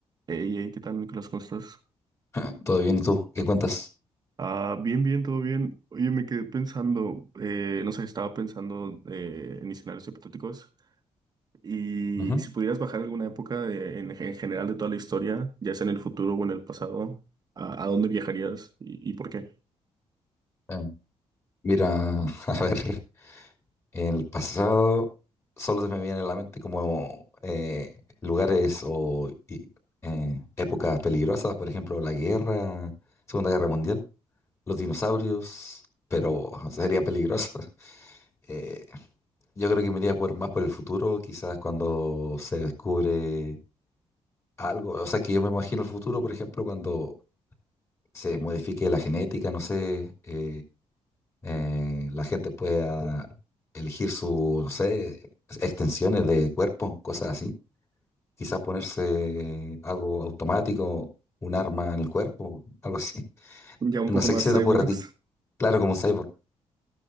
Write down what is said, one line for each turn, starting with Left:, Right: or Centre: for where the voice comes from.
Right: Hey, hey, ¿qué tal, Nicolás? ¿Cómo estás?
Left: <laughs> Todo bien, ¿y tú? ¿Qué cuentas?
Right: Ah, bien, bien, todo bien. Oye, me quedé pensando, eh, no sé, estaba pensando eh, en escenarios hipotéticos y
Left: Ujú.
Right: si pudieras bajar alguna época de- en, en general de toda la historia, ya sea en el futuro o en el pasado, ¿a, a dónde viajarías y, y por qué?
Left: Eh, mira, <laughs> a ver, el pasado solo se me viene a la mente como eh, lugares o y- eh, épocas peligrosas, por ejemplo, la guerra, Segunda Guerra Mundial, los dinosaurios, pero sería peligroso. <laughs> Eh, yo creo que me iría por, más por el futuro, quizás cuando se descubre algo, o sea, que yo me imagino el futuro, por ejemplo, cuando se modifique la genética, no sé. eh, eh, la gente pueda elegir su, no sé, extensiones de cuerpo, cosas así. Quizás ponerse algo automático, un arma en el cuerpo, algo así. <laughs>
Right: Ya un
Left: No
Right: poco
Left: sé
Right: más
Left: qué se te
Right: cyborgs.
Left: ocurre a ti. Claro, como un cyborg.